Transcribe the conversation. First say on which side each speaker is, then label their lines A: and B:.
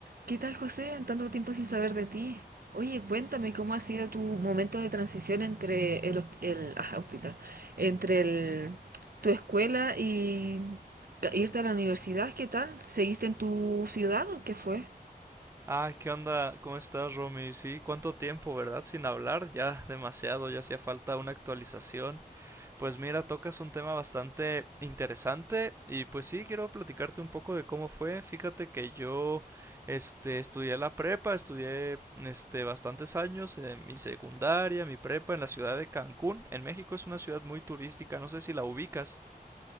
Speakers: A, on the right; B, on the right.
A: ¿Qué tal, José? Tanto tiempo sin saber de ti. Oye, cuéntame cómo ha sido tu momento de transición entre el, hos- el ah, hospital, entre el- tu escuela y ca- irte a la universidad. ¿Qué tal? ¿Seguiste en tu ciudad o qué fue?
B: Ah, ¿qué onda? ¿Cómo estás, Romy? Sí, cuánto tiempo, ¿verdad? Sin hablar, ya demasiado, ya hacía falta una actualización. Pues mira, tocas un tema bastante interesante y pues sí, quiero platicarte un poco de cómo fue. Fíjate que yo, este, estudié la prepa, estudié, este, bastantes años en mi secundaria, mi prepa en la ciudad de Cancún, en México es una ciudad muy turística, no sé si la ubicas.